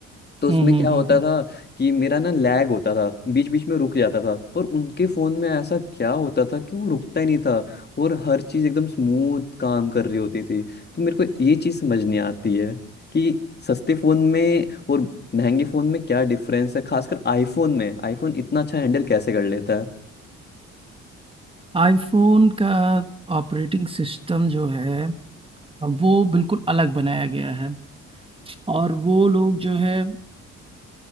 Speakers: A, on the left; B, on the right.
A: तो उसमें
B: हम्म,
A: क्या
B: हम्म,
A: होता
B: हम्म।
A: था कि मेरा ना लैग होता था बीच बीच में रुक जाता था पर उनके फ़ोन में ऐसा क्या होता था कि वो रुकता ही नहीं था और हर चीज़ एकदम स्मूथ काम कर रही होती थी तो मेरे को ये चीज़ समझ नहीं आती है कि सस्ते फ़ोन में और महंगे फ़ोन में क्या डिफरेंस है खासकर आईफोन में आईफोन इतना अच्छा हैंडल कैसे कर लेता है
B: आईफोन का ऑपरेटिंग सिस्टम जो है वो बिल्कुल अलग बनाया गया है और वो लोग जो है